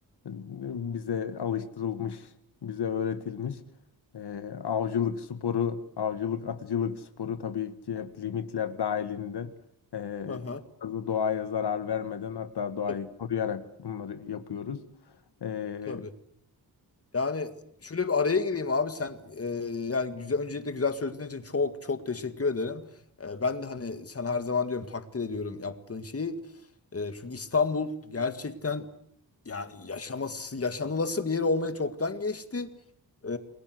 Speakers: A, on the left; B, on the left.
A: ıı, bize alıştırılmış, bize öğretilmiş e, avcılık sporu, avcılık atıcılık sporu tabii ki hep limitler dahilinde e,
B: Hı hı.
A: fazla doğaya zarar vermeden hatta doğayı
B: Hı hı.
A: koruyarak bunları yapıyoruz. E,
B: Tabii. Yani şöyle bir araya gireyim abi sen e, yani güzel öncelikle güzel sözlerin için çok çok teşekkür ederim. E, ben de hani sen her zaman diyorum takdir ediyorum yaptığın şeyi. E, çünkü İstanbul gerçekten yani yaşaması yaşanılası bir yer olmaya çoktan geçti. E,